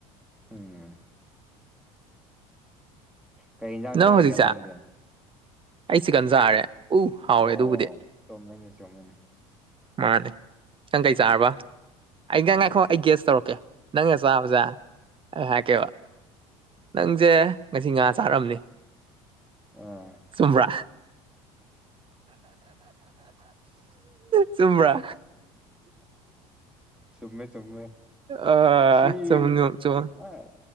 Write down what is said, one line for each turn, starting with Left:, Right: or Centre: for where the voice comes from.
Centre: ꯎꯝ ꯀꯩ ꯌꯦꯟꯖꯥꯡ
Right: ꯅꯪ
Centre: ꯆꯥꯔꯒꯦ
Right: ꯍꯧꯖꯤꯛꯁꯦ
Centre: ꯅꯪꯒꯤ
Right: ꯑꯩ ꯆꯤꯛꯀꯟ ꯆꯥꯔꯦ ꯎ ꯍꯥꯎꯔꯦ
Centre: ꯑꯣ
Right: ꯑꯗꯨꯕꯨꯗꯤ
Centre: ꯆꯨꯝꯃꯤꯅꯦ ꯆꯨꯝꯃꯤꯅꯦ
Right: ꯃꯥꯅꯦ ꯅꯪ ꯀꯩ ꯆꯥꯔꯕ ꯑꯩ ꯉꯥꯏꯈꯣ ꯑꯩ ꯒꯦꯁ ꯇꯧꯔꯛꯀꯦ ꯅꯪ ꯆꯕꯖꯦ ꯑꯩ ꯍꯥꯏꯔꯛꯀꯦꯕ ꯅꯪꯁꯦ ꯉꯁꯤ ꯉꯥ ꯆꯥꯔꯝꯅꯤ
Centre: ꯑ
Right: ꯆꯨꯝꯕ꯭ꯔꯥ ꯆꯨꯝꯕ꯭ꯔꯥ
Centre: ꯆꯨꯝꯃꯦ ꯆꯨꯝꯃꯦ
Right: ꯑ
Centre: ꯁꯤ
Right: ꯆꯨꯝ ꯆꯨꯝ
Centre: ꯑ